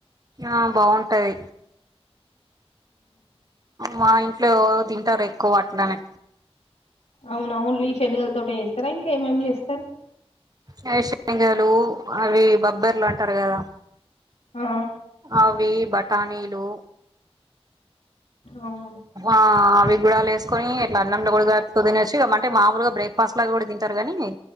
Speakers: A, on the right (about 35°); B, on the left (about 90°).
A: ఆ బాగుంటది మా ఇంట్లో తింటారు ఎక్కువ అట్లనే
B: అవునా ఓన్లీ శనగల తోటే చేస్తారా ఇంకా ఏమేమి చేస్తారు
A: వేరుశనగలు అవి బబ్బెర్లు అంటారు కదా
B: ఆ
A: అవి బట్ టనీలు
B: అవునా?
A: ఆ అవి గూడలేస్ లేసుకొని ఇట్లా అన్నంల కూడా తినోచ్చు అంటే మామూలుగా బ్రేక్ఫాస్ట్ లాగా కూడా తింటారు కాని